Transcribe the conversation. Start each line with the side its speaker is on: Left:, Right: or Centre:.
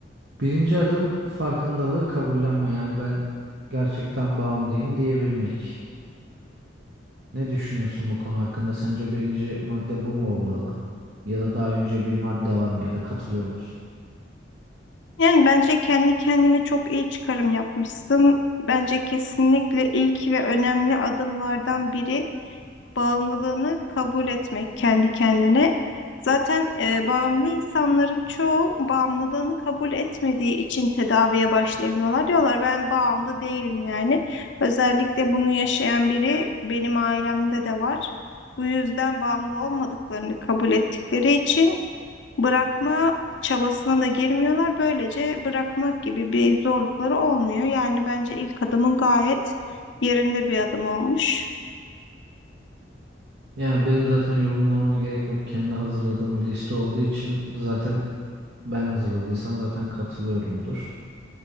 Right: Birinci adım farkındalığı kabullenme. Yani ben gerçekten bağımlıyım diyebilmek. Ne düşünüyorsun bu konu hakkında? Sence birinci madde bu mu olmalı? Ya da daha önce bir madde var mı ya da katılıyor musun?
Left: Yani bence kendi kendine çok iyi çıkarım yapmışsın. Bence kesinlikle ilk ve önemli adımlardan biri bağımlılığını kabul etmek kendi kendine. Zaten e, bağımlı insanların çoğu bağımlılığını kabul etmediği için tedaviye başlayamıyorlar. Diyorlar ben bağımlı değilim yani. Özellikle bunu yaşayan biri benim ailemde de var. Bu yüzden bağımlı olmadıklarını kabul ettikleri için bırakma çabasına da girmiyorlar. Böylece bırakmak gibi bir zorlukları olmuyor. Yani bence ilk adımın gayet yerinde bir adım olmuş.
Right: Yani benim zaten yorumlamama gerek yok. Kendi hazırladığım bir liste olduğu için zaten ben hazırladıysam zaten katılıyorumdur.